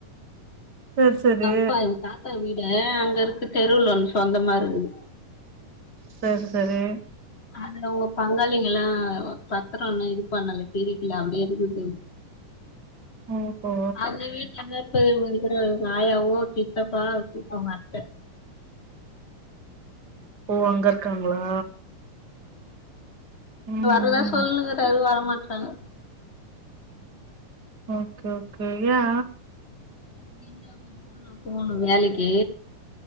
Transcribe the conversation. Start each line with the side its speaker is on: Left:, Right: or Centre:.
Right: சரி சரி
Left: எங்க அப்பா இவுங்க தாத்தா வீட அங்க இருக்கு தெருல ஒன்னு சொந்தமா இருக்குது
Right: செரி செரி
Left: அது ஒங்க பங்காளிங்க எல்லா பத்ரோ இன்னு இதுப்பன்னல பிரிக்கல அப்டியே இருக்குது
Right: ஓ ஓ
Left: அவுங்க வீட்டு்ல இந்த பெரியவங்க இருக்குரவங்க இருக்கிற ஆயாவோ சித்தப்பா அப்றோ அவுங்க அத்த
Right: ஓ அங்க இருக்காங்களா ம்
Left: வர்றதா
Right: ம்
Left: சொல்லுணுக்றாரு வர மாட்றாங்க
Right: ஓகே ஓகே ஏ
Left: என்ன <inaudible> நா போணு வேலைக்கு